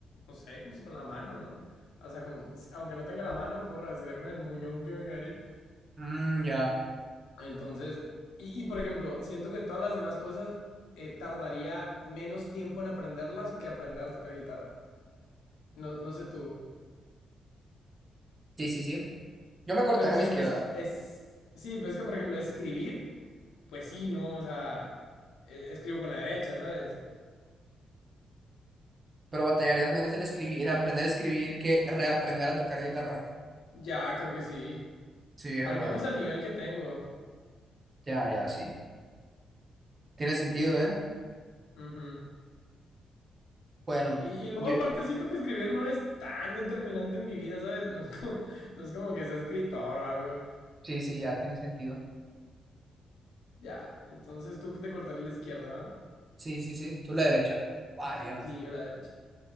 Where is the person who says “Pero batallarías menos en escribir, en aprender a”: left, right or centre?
Right